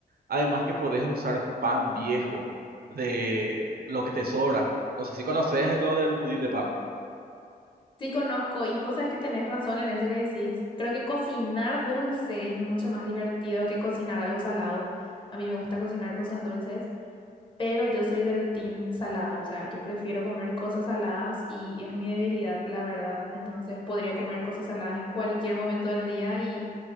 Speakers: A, on the right; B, on the left.
A: Además que podés usar pan viejo de lo que te sobra. No sé si conoces lo del budín de pan.
B: Sí conozco, y vos sabes que tenés razón en eso que decís. Creo que cocinar dulce es mucho más divertido que cocinar algo salado. A mí me gusta cocinar cosas dulces, pero yo soy del team salado, o sea, yo prefiero comer cosas saladas y es mi debilidad, la verdad. Entonces podría comer cosas saladas en cualquier momento del día y,